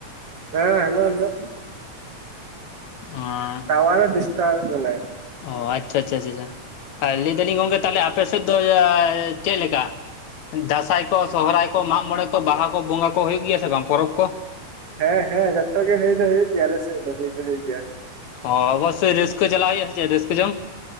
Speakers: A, on the right; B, on the left.
A: ᱦᱮᱸ ᱦᱮᱞᱚ ᱦᱮᱞᱚ᱾
B: ᱦᱟᱸ
A: ᱴᱟᱣᱟᱨ ᱮ ᱰᱤᱥᱴᱟᱵᱮᱫ ᱵᱮᱱᱟᱭ
B: ᱚ ᱟᱪᱪᱷᱟ ᱟᱪᱪᱷᱟ ᱟᱪᱪᱷᱟ ᱟᱪᱪᱷᱟ ᱞᱟᱹᱭ ᱫᱟᱞᱤᱧ ᱜᱚᱝᱠᱮ ᱛᱟᱦᱮᱞᱮ, ᱟᱯᱮ ᱥᱮᱫ ᱫᱚ ᱪᱮᱫ ᱞᱮᱠᱟ? ᱫᱟᱸᱥᱟᱭ ᱠᱚ ᱥᱚᱦᱨᱟᱭ ᱠᱚ ᱢᱟᱜ ᱢᱚᱬᱮ ᱠᱚ ᱵᱟᱦᱟ ᱠᱚ ᱵᱚᱸᱜᱟ ᱠᱚ ᱦᱩᱭᱩᱜ ᱜᱮᱭᱟ ᱥᱮ ᱵᱟᱝ ᱯᱚᱨᱚᱵᱽ ᱠᱚ?
A: ᱦᱮᱸ ᱦᱮᱸ ᱡᱚᱛᱚ ᱜᱮ ᱦᱩᱭ ᱫᱚ ᱦᱩᱭᱩᱜ ᱜᱮᱭᱟ ᱟᱞᱮ ᱥᱮᱫ ᱫᱚ ᱦᱩᱭ ᱫᱚ ᱦᱩᱭᱩᱜ ᱜᱮᱭᱟ᱾
B: ᱚ ᱚᱵᱚᱥᱥᱚᱭ ᱨᱟᱹᱥᱠᱟᱹ ᱪᱟᱞᱟᱣ ᱦᱩᱭᱩᱜᱼᱟ ᱥᱮ ᱪᱮᱫ ᱨᱟᱹᱥᱠᱟᱹ ᱡᱚᱝ?